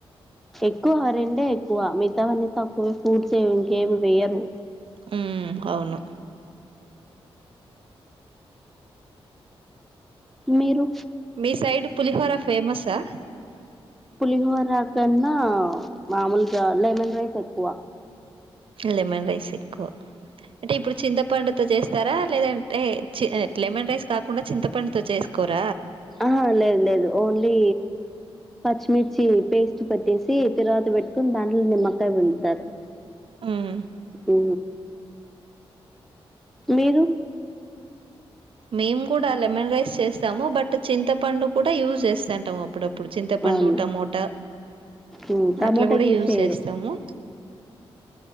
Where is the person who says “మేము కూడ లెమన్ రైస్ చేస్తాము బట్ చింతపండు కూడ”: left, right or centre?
Right